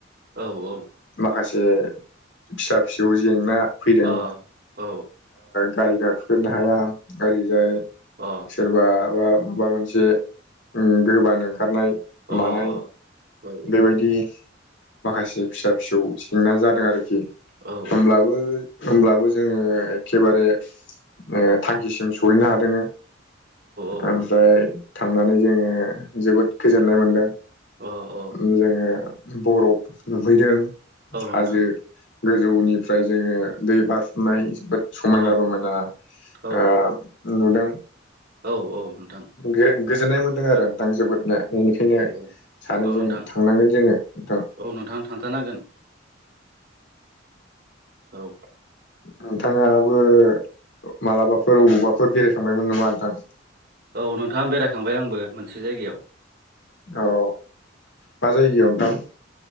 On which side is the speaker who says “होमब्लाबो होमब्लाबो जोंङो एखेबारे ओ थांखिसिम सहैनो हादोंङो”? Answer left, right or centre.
Left